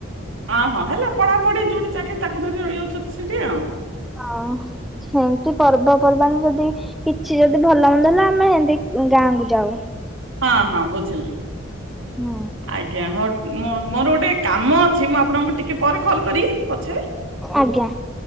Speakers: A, on the right (about 85°); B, in the centre.
A: ଅଁ ହଁ ହେଲା ପଢାପଢି ଯୋଉଠି ଚାକିରି ତାକୁ ଧରି ରହିଯାଉଚନ୍ତି ସେଠି ଆଉ।
B: ହଁ ସେମ୍ତି ପର୍ବପର୍ବାଣୀ ଯଦି କିଛି ଯଦି ଭଲ ମନ୍ଦ ହେଲା ଆମେ ଏନ୍ତି ଗାଁକୁୁ ଯାଉ।
A: ହଁ-ହଁ ବୁଝିଲି
B: ହୁଁ
A: ଆଜ୍ଞା ହଉ। ମୋ ମୋର ଗୋଟେ କାମ ଅଛି ମୁଁ ଆପଣଙ୍କୁ ଟିକେ ପରେ କଲ କରିଇ ପଛରେ।
B: ଆଜ୍ଞା